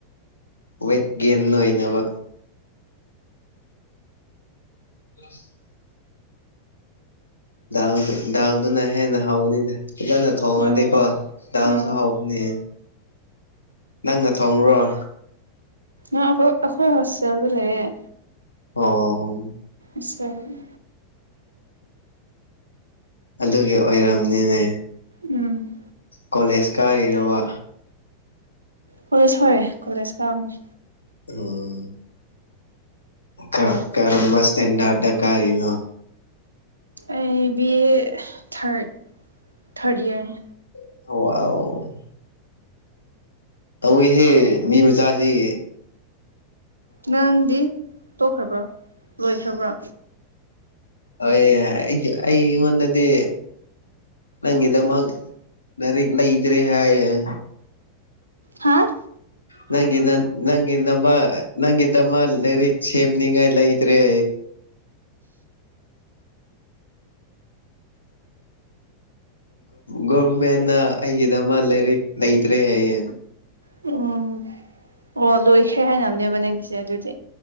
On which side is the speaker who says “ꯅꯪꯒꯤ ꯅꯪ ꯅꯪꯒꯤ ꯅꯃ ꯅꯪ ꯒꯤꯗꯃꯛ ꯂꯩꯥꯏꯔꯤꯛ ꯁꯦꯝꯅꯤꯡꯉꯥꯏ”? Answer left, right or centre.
Left